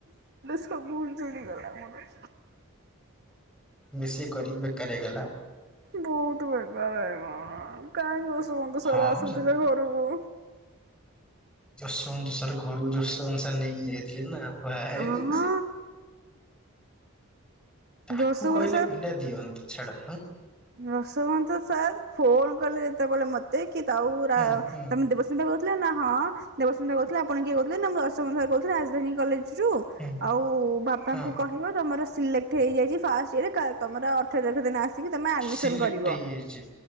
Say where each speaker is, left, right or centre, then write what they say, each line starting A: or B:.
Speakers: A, on the right (about 45°); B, in the centre.
A: ସବୁ ଉଜୁଳିଗଲା ମୋର
B: ମିଶି କରିକି ବେକାର ହେଇଗଲା ଆଉ
A: ବହୁତ ବେକାର ହୋଇଗଲା କାହିଁକି ୟୋଶୋବନ୍ତ
B: ହଁ
A: ସାର
B: ମ
A: ଆସୁଥିଲେ ଘରକୁ
B: ୟୋଶୋବନ୍ତ ସାର ଘରୁକୁ ୟୋଶୋବନ୍ତ ସାର ନେଇକି ଯାଇଏ <unintelligible> ଆ ନା ଭାର
A: ହଁ
B: ତାକୁ
A: ଯଶୋବନ୍ତ
B: କହିଲେ ପିଲା ଦିଅନ୍ତୁ ଛାଡ
A: ୟୋଶୋବନ୍ତ ସାର୍ ଫୋନ କଲେ ଯେତେବେଳେ ମତେ କି ତା ତମେ
B: ହୁଁ ହୁଁ
A: ଦେବସ୍ମିତା କହୁ ଥିଲେ ନା ହଁ ଦେବସ୍ମିତା କହୁଥିଲେ ଆପଣ କିଏ କହୁଥିଲେ ମୁଁ ୟୋଶୋବନ୍ତ ସାର୍ କହୁଥିଲି ରାଜଧାନୀ କଲେଜ
B: ହୁଁ
A: ଆଉ ବାପାଙ୍କୁ
B: ହଁ
A: କହିବ ତମର ସିଲେକ୍ଟ ହେଇଯାଇଛି ଫାଷ୍ଟ ଇୟରେ ତମର ଅଠର ତାରିଖ ଦିନ ଆସିକି ତମେ ଆଡ଼ମିସନ୍
B: ସିଲକ୍ଟ
A: କରିବ
B: ହେଇଛି